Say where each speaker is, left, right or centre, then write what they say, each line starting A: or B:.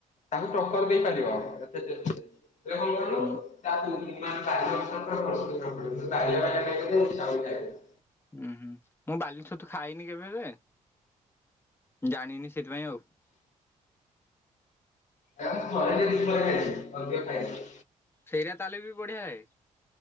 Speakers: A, on the left; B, on the left.
A: ତାଙ୍କୁ ଟକ୍କର ଦେଇପାରିବ। <unintelligible> ହେଲେ କଣ କହନି
B: ହୁଁ।
A: <unintelligible>
B: ହୁଁ-ହୁଁ। ମୁଁ ବାଲି ଛତୁ ଖାଇନି କେବେ ହେଲେ ହେ, ଜାଣିନି ସେଇଥିପାଇଁ ଆଉ।
A: ମୁଁ ଥରେ କି ଦିଥର ଖାଇଚି, ଅଧିକ ଖାଇନି।
B: ସେଇରା ତାହେଲେ ବି ବଢିଆ ହଏ?